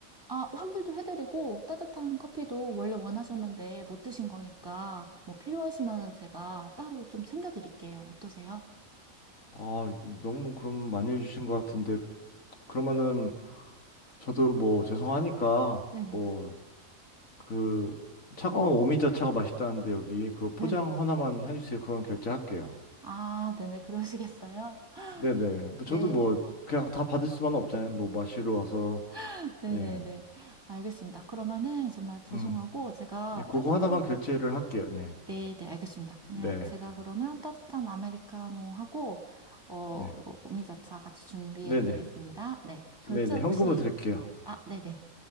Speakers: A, on the right (about 15°); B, on the left (about 65°).
A: 아, 환불도 해드리고 따뜻한 커피도 원래 원하셨는데 못 드신 거니까 뭐 필요하시면 제가 따로 좀 챙겨드릴게요. 어떠세요?
B: 아, 너무 그럼 많이 해 주신 것 같은데, 그러면은 저도 뭐, 죄송하니까,
A: 네네.
B: 뭐, 그, 차가운 오미자차가 맛있다는데, 여기, 그 포장
A: 네네.
B: 하나만 해 주세요. 그건 결제할게요.
A: 아, 네네. 그러시겠어요?
B: 네네.
A: 네.
B: 저도 뭐, 그냥 다 받을 수만 은 없잖아요. 뭐, 마시러 와서.
A: <laughs> 네네네.
B: 예,
A: 알겠습니다. 그러면은 정말 죄송하고
B: 음,
A: 제가
B: 예, 그거
A: 따뜻한,
B: 하나만 결제를 할게요. 네,
A: 네네. 알겠습니다. 그냥
B: 네,
A: 제가 그러면 따뜻한 아메리카노하고 어,
B: 네,
A: 그리고 오미자차 같이 준비해드리겠습니다.
B: 네, 네,
A: 네. 결제
B: 네, 네,
A: 혹시,
B: 현금으로 드릴게요.
A: 아, 네네.